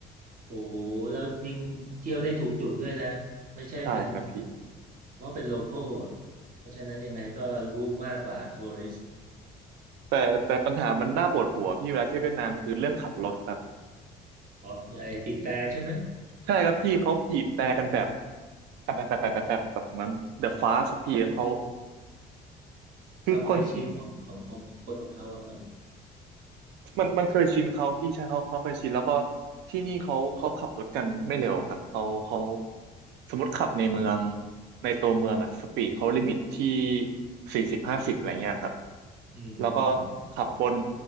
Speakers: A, on the right; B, on the right.
A: โอ้โหแล้วยิ่งเที่ยวได้ถูกจุดด้วยนะไม่ใช่เป็น
B: ใช่ครับพี่
A: เพราะเป็นโลคอลอ่ะเพราะฉะนั้นยังไงก็รู้มากกว่าทัวริสต์
B: แต่แต่ปัญหามันน่าปวดหัวพี่เวลาเที่ยวเวียดนามคือเรื่องขับรถครับ
A: อ๋อไอ้ปีบแต่ใช่ไหม
B: ใช่ครับพี่เขาบีบแต่กันแบบแบบแบบแบบแบบแบบแบบเหมือน The Fast อะพี่เขา
A: เรื่อง
B: คือคนที่
A: ความเคยชินของของของคนของเขาอะมัน
B: มันมันเคยชินเขาพี่ใช่เขาเขาเคยชินแล้วก็ที่นี่เขาเขาขับรถกันไม่เร็วครับเขาเขาสมมติขับในเมืองในตัวเมืองอะสปีดเขาลิมิตที่สี่สิบห้าสิบอะไรเงี้ยครับ
A: อืมอืม
B: แล้วก็ขับบน